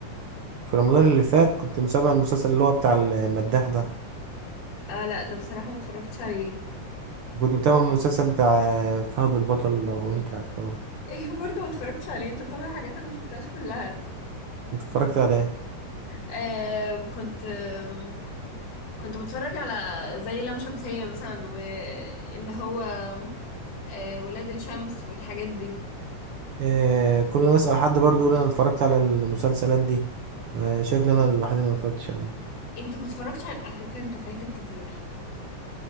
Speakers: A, on the right; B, on the left.
A: في رمضان اللي فات كنت متابع المسلسل اللي هو بتاع المداح ده
B: اه لا ده بصراحة ما اتفرجتش عليه
A: وكنت متابع المسلسل بتاع فهد البطل لو انت عارف طبعا
B: <laughs> ايوه برضو ما اتفرجتش عليه انت بتابع حاجات انا ما شفتهاش كلها
A: انت اتفرجت على ايه
B: آه كنت آه كنت بتفرج على زي لام شمسية مثلا واللي هو آه ولاد الشمس والحاجات دي
A: آه، كل ما اسأل حد برضو يقول انا اتفرجت على المسلسلات دي آه، شكلي انا الوحيد اللي ما اتفرجتش عليها
B: انت ما اتفرجتش على على فكرة انت فايتك كتير